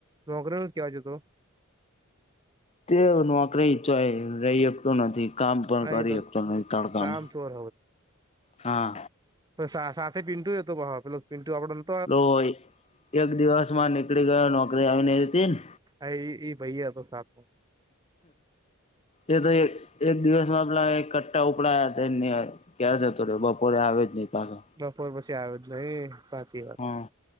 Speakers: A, on the right (about 20°); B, on the left (about 30°).
A: નોકરી ન જ કેહેવાય તો.
B: તે નોકરી ઈચ્છ રહી શકતો નથી. કામ પણ
A: આ
B: કરી
A: એ
B: શ તો ન તડકાનું
A: કામ ચોર
B: હા.
A: સાથે પીન્ટું એ તો પેલ પીન્ટુ આપડ.
B: તો એક દિવસ માં નીકળી ગયો નોકરી આવી ન હતી ને.
A: અ એ ભયયા તો સા.
B: એ તો એક એક દિવસમાં પલા એક કટ્ટા ઉપડાયા હતા. ને ક્યારે જતો રહે બપોરે આવે જ નહી પાછો.
A: બપોર પછી આવે જ ન સાચી વાત
B: હા.